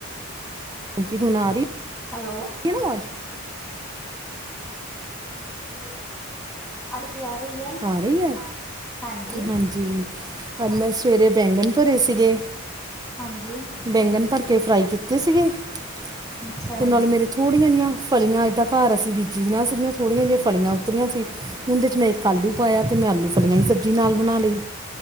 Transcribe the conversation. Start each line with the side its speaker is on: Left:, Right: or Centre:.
Right: ਹਾਂਜੀ ਹੁਣ ਆ ਰਹੀ।
Centre: ਹੈਲੋ।
Right: ਕਿਨੂੰ ਆਵਾਜ਼।
Centre: ਹਾਂਜੀ ਆ ਰਹੀ ਹੈ।
Right: ਆ ਰਹੀ ਹੈ
Centre: ਹਾਂਜੀ
Right: ਹਾਂਜੀ ਅੱਜ ਮੈਂ ਸਵੇਰੇ ਬੈਂਗਣ ਭਰੇ ਸੀਗੇ।
Centre: ਹਾਂਜੀ।
Right: ਬੈਂਗਣ ਭਰ ਕੇ ਫਰਾਈ ਕੀਤੇ ਸੀਗੇ ਅਤੇ
Centre: ਅੱਛਾ
Right: ਨਾਲੇ
Centre: ਜੀ
Right: ਮੇਰੀ ਥੋੜ੍ਹੀਆਂ ਜਹੀਆਂ। ਫਲੀਆਂ ਇਏਦਾਂ ਘਰ ਅਸੀਂ ਬੀਜੀ ਦੀ ਨਾ ਸੀਗੀਆਂ ਥੋੜੀਆਂ ਜਿਹੀ ਫਲੀਆਂ ਉੱਤਰਰੀਆਂ ਸੀ। ਉਹਦੇ ਚ ਮੈਂ ਇੱਕ ਆਲੂ ਪਾਇਆ ਤੇ ਮੈਂ ਆਲੂ ਫਲੀਆਂ ਹੀ ਸਬਜ਼ੀ ਨਾਲ ਬਣਾ ਲਈ।